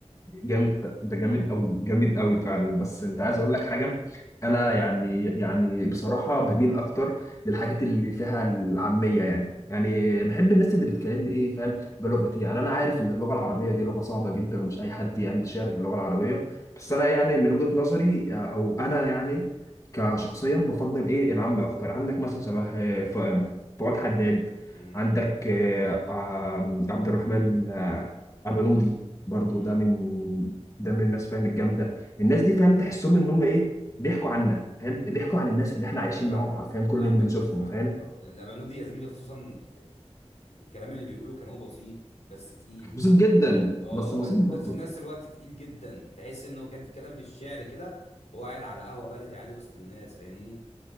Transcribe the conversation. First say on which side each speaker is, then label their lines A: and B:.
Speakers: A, on the left; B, on the left.
A: جامد ف- ده جامد قوي جامد قوي فعلا بس انت عايز اقول لك حاجه انا يعني يعني بصراحه بميل اكتر للحاجات اللي فيها العاميه يعني يعني بحب الناس اللي بتكلمني ايه فاهم بلغتي يعني انا عارف ان اللغه العربيه دي لغه صعبه جدا ومش اي حد يعمل شعر باللغه العربيه بس انا يعني من وجهه نظري او انا يعني كشخصيا بفضل ايه العام اكتر عندك مثلا شبه آه، ف- فؤاد حداد
B: امم
A: عندك آه، آه، عبد الرحمن آه، ابنود برضو
B: امم
A: ده من ده من الناس فاهم الجامده الناس دي فاهم تحسهم ان هم ايه بيحكوا عنا فاهم بيحكوا عن الناس اللي احنا عايشين
B: فاهمك
A: معاهم حرفيا كل
B: فاهمك
A: يوم بنشوفهم
B: فاهمك
A: فاهم
B: اه الابانود دي يا زميلي خصوصا ال- ال- الكلام اللي بيقوله كلامه بسيط بس تقيل
A: بسيط جدا
B: اه
A: بس بسيط
B: بس بس
A: برضو
B: في نفس الوقت تقيل جدا تحس انه كد- كتب الشعر كده وهو قاعد على قهوه بلدي عادي وسط الناس فاهمني